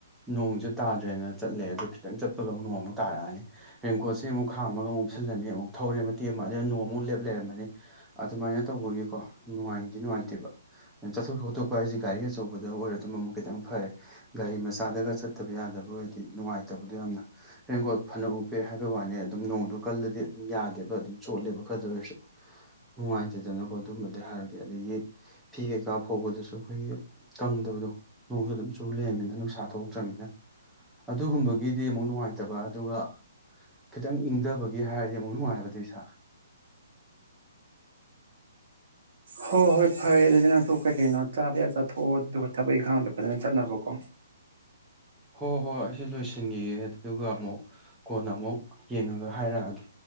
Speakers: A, in the centre; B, on the right.
A: ꯅꯣꯡꯖꯦ ꯇꯥꯗ꯭ꯔꯦꯅ ꯆꯠꯂꯦ ꯑꯗꯣ ꯈꯤꯇꯪ ꯆꯠꯄꯒ ꯑꯃꯨꯛ ꯅꯣꯡꯃꯨꯛ ꯇꯥꯔꯛꯑꯅꯤ ꯔꯦꯟꯀꯣꯁꯦ ꯑꯃꯨꯛ ꯈꯥꯝꯃꯒꯃꯨꯛ ꯎꯨꯞꯁꯜꯂꯅꯤ ꯑꯃꯨꯛ ꯊꯧꯔꯦ ꯃꯇꯦꯛ ꯑꯃ ꯑꯗꯩ ꯅꯣꯡ ꯑꯃꯨꯛ ꯂꯦꯞ ꯂꯩꯔꯝꯃꯅꯤ ꯑꯗꯨꯃꯥꯏꯅ ꯇꯧꯕꯒꯤꯀꯣ ꯅꯨꯡꯉꯥꯏꯗꯤ ꯅꯨꯡꯉꯥꯏꯇꯦꯕ ꯆꯠꯊꯣꯛ ꯈꯣꯠꯇꯣꯛꯄ ꯍꯥꯏꯖꯦ ꯒꯥꯔꯤ ꯑꯆꯧꯕꯗ ꯑꯣꯏꯔ ꯑꯗꯨꯝ ꯑꯃꯨꯛ ꯈꯤꯇꯪ ꯐꯔꯦ ꯒꯥꯔꯤ ꯃꯆꯥꯗꯒ ꯆꯠꯇꯕ ꯌꯥꯗꯕ ꯑꯣꯏꯔꯗꯤ ꯅꯨꯡꯉꯥꯏꯇꯕꯗꯣ ꯌꯥꯝꯅ ꯔꯦꯟꯀꯣꯠ ꯐꯅꯕꯨ ꯐꯩ ꯍꯥꯏꯕꯩ ꯋꯥꯅꯤ ꯑꯗꯨꯝ ꯅꯣꯡꯗꯨ ꯀꯜꯂꯗꯤ ꯑꯗꯨꯝ ꯌꯥꯗꯦꯕ ꯑꯗꯨꯝ ꯆꯣꯠꯂꯦꯕ ꯈꯔꯗ ꯑꯣꯏꯔꯁꯨ ꯅꯨꯡꯉꯥꯏꯇꯗꯅꯀꯣ ꯑꯗꯨꯝꯕꯗꯤ ꯍꯥꯏꯔꯗꯤ ꯑꯗꯒꯤ ꯐꯤ ꯀꯩꯀꯥ ꯐꯧꯕꯗꯁꯨ ꯑꯩꯈꯣꯏꯒꯤ ꯀꯪꯗꯕꯗꯣ ꯅꯣꯡꯖꯨ ꯑꯗꯨꯝ ꯆꯨ ꯂꯩꯔꯃꯅꯤꯅ ꯅꯨꯡꯁꯥ ꯊꯣꯛꯛꯇ꯭ꯔꯝꯅꯤꯅ ꯑꯗꯨꯒꯨꯝꯕꯒꯤꯗꯤ ꯑꯃꯨꯛ ꯅꯨꯡꯉꯥꯏꯇꯕ ꯑꯗꯨꯒ ꯈꯤꯇꯪ ꯏꯪꯗꯕꯒꯤ ꯍꯥꯏꯔꯗꯤ ꯑꯃꯨꯛ ꯅꯨꯡꯉꯥꯏꯕꯗꯨꯏ ꯁꯥ
B: ꯍꯣ ꯍꯣꯏ ꯐꯔꯦ ꯑꯗꯨꯗꯤ ꯅꯪꯁꯨ ꯀꯩ ꯀꯩꯅꯣ ꯆꯥꯕ ꯌꯥꯕ ꯆꯥꯊꯣꯛꯑꯣ ꯑꯗꯨꯒꯗꯨꯒ ꯊꯕꯛ ꯏꯪꯈꯥꯡꯗꯣ ꯐꯖꯅ ꯆꯠꯅꯕꯀꯣ
A: ꯍꯣ ꯍꯣꯏ ꯑꯩꯁꯨ ꯂꯣꯏꯁꯤꯟꯒꯤꯒꯦ ꯑꯗꯨꯒ ꯑꯃꯨꯛ ꯀꯣꯟꯅ ꯑꯃꯨꯛ ꯌꯦꯡꯉꯒ ꯍꯥꯏꯔꯛꯑꯒꯦ